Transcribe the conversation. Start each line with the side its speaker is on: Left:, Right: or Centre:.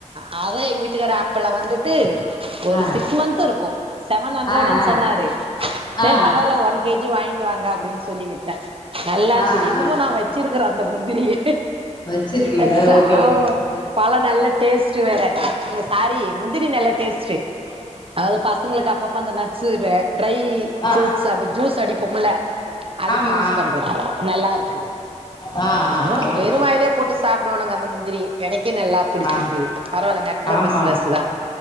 Right: ஆ அதா எங்க வீட்டுக்கார அப்பல்ல வந்துட்டு ஒரு
Left: ஆ
Right: சிக்ஸ் மந்த்‌ இருக்கு செவன் ஹண்டரடுனு
Left: ஆ ஆ
Right: சொன்னாரு சேரி
Left: ஆ
Right: பரவாயில்ல ஒன் கேஜி வாங்கிட்டு வாங்க அப்படின்னு சொல்லி விட்டே நல்லாருந்தது
Left: ஆ
Right: இன்னமு
Left: ஆ
Right: நா வச்சிருக்கிறே அந்த முந்திரிய
Left: வச்சிருக்கீங்களா
Right: அ <unintelligible>
Left: ஓகே ஓகே
Right: பழம் நல்ல டேஸ்ட் வேற சாரி முந்திரி நல்ல டேஸ்டு அது பசங்களுக்கு அப்பப்ப அந்த நட்ஸ்ஸு ட்ரை
Left: ஆ
Right: ஃப்ரூட்ஸு அந்த ஜூஸ் அடிப்போம்ல அதுக்கு
Left: ஆமா
Right: யூஸ் பண்றது நல்லா இருக்குது
Left: ஆ ஆ
Right: இவனுங்க
Left: ஓகே
Right: வெறு வாயிலே
Left: ஓகே
Right: போட்டு சாப்பிடுவானுங்க அந்த முந்திரிய கினக்கி நல்லா பிடிச்சிருந்தது
Left: ஆ
Right: பரவாயில்லங்க நல்ல
Left: ஆமா
Right: பிசினஸ்தா
Left: ஆமா